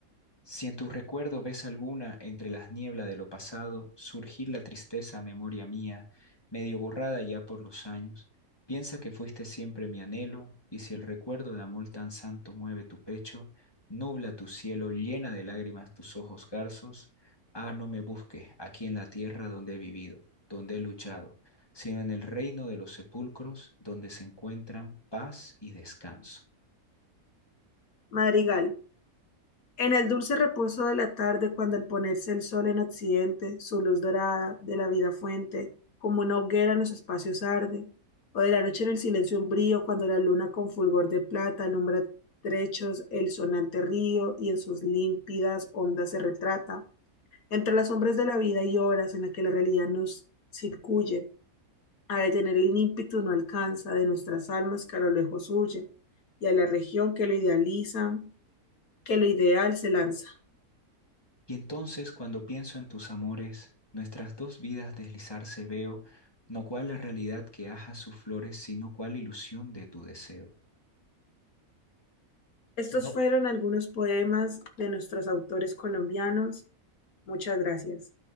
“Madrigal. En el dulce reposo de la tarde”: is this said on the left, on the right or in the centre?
Left